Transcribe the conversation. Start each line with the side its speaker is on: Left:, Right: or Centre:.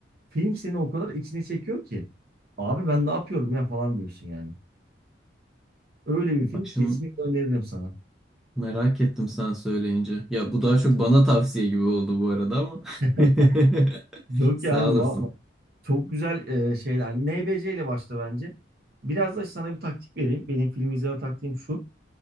Right: Film seni o kadar içine çekiyor ki. Abi ben ne yapıyorum ya falan diyorsun yani. Öyle bir film
Centre: Bak şimdi
Right: kesinlikle öneririm sana.
Centre: merak ettim sen söyleyince. Ya bu daha çok bana tavsiye gibi oldu bu arada ama. <laughs>
Right: <laughs> Yok
Centre: Sağ
Right: yani
Centre: olasın.
Right: va- çok güzel e, şeyler. NBC ile başla bence. Biraz da sana bir taktik vereyim. Benim film izleme taktiğim şu.